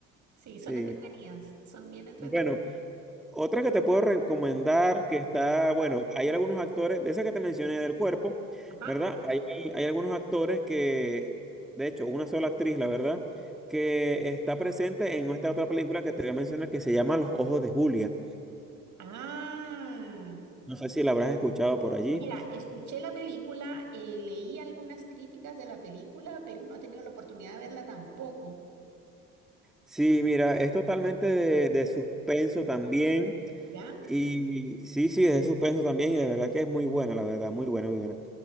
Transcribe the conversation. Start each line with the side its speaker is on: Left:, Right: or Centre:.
Right: sí, son
Centre: Sí.
Right: entretenidas, son bien entretenidas.
Centre: Bueno, Otra que te puedo recomendar, que está, bueno, hay algunos actores, de esa que te mencioné del cuerpo,
Right: Ajá,
Centre: ¿verdad? Hay, hay algunos actores que, de hecho, una sola actriz, la verdad, que está presente en esta otra película que te voy a mencionar que se llama Los Ojos de Julia.
Right: Ah,
Centre: No sé si la habrás escuchado por allí.
Right: mira, escuché la película, eh, leí algunas críticas de la película, pero no he tenido la oportunidad de verla tampoco,
Centre: Sí, mira, es totalmente de, de suspenso también.
Right: ¿ya?
Centre: Y sí, sí, es de suspenso también y de verdad que es muy buena, la verdad, muy buena, muy buena.